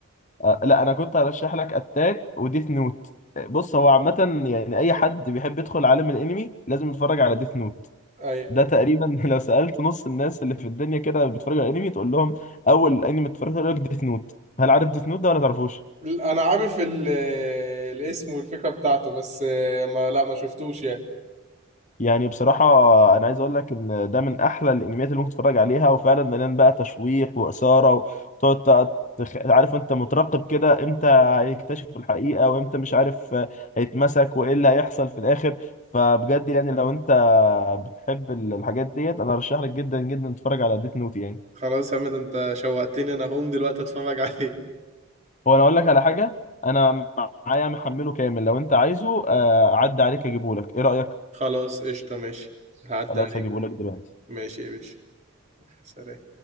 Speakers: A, on the left; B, on the right.
A: آه، لا انا كنت هرشح لك اتاك وديث نوت بص هو عامة يعني اي حد بيحب يدخل عالم الانمي لازم يتفرج على ديث نوت
B: ايوه
A: ده تقريبا <laughs> لو سألت نص الناس اللي في الدنيا كده بيتفرجوا على انمي تقول لهم اول انمي اتفرجت عليه يقول لك ديث نوت هل عارف ديث نوت ده ولا تعرفوش
B: انا عارف ال- الاسم والفكره بتاعته بس ما لا ما شفتوش يعني
A: يعني بصراحة أنا عايز أقول لك إن ده من أحلى الأنميات اللي ممكن تتفرج عليها وفعلا مليان بقى تشويق وإثارة وتقعد تق- تخ... عارف أنت مترقب كده إمتى هيكتشف الحقيقة وإمتى مش عارف هيتمسك وإيه اللي هيحصل في الآخر فبجد يعني لو أنت بتحب ال- الحاجات ديت أنا أرشح لك جدا جدا تتفرج على ديت نوت يعني
B: خلاص يا حمد انت شوقتني انا هقوم دلوقتي اتفرج عليه
A: هو أنا أقول لك على حاجة أنا معايا محمله كامل لو أنت عايزه آه، أعدي عليك أجيبه لك إيه رأيك؟
B: خلاص قشطه ماشي هعدي
A: خلاص
B: عليك
A: هجيبه لك دلوقتي
B: ماشي يا باشا سلام